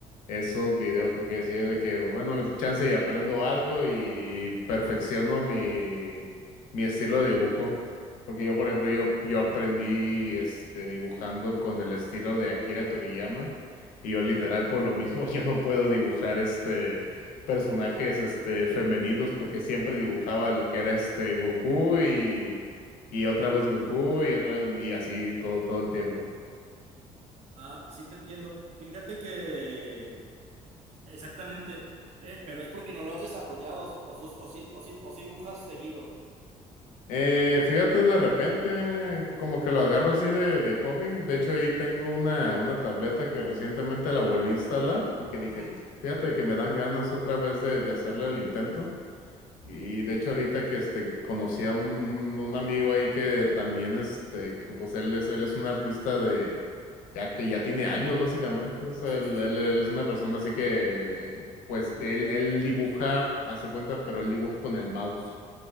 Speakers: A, on the left; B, on the right.
A: esos videos porque decía de que, bueno, el chance y aprendo algo y perfecciono mi, mi estilo de dibujo. Porque yo, por ejemplo, yo, yo aprendí, este, dibujando con el estilo de Akira Toriyama y yo literal
B: Ajá.
A: por lo mismo <laughs> yo no puedo dibujar, este, personajes, este, femeninos porque siempre dibujaba lo que era, este, Goku y, y otra vez Goku y otra vez y así todo, todo el tiempo.
B: Ah, sí te entiendo. Fíjate que exactamente, pe- pero es porque no lo has desarrollado o, o, o sí, o, sí, o sí dibujas seguido.
A: Eh, fíjate, de repente, como que lo agarro así de, de hobby. De hecho, ahí tengo una, una tableta que recientemente la volví a instalar porque dije,
B: Ujú,
A: fíjate que me dan ganas otra vez de, de hacerle el intento. Y de hecho, ahorita que este, que conocí a un, un, un amigo ahí que también, este, que pues él es, él es un artista de, ya que ya tiene años básicamente. O sea,
B: Sí,
A: él,
B: sí, sí.
A: él- él es una persona así que, pues, él, él dibuja, hace cuenta, pero él dibuja con el mouse.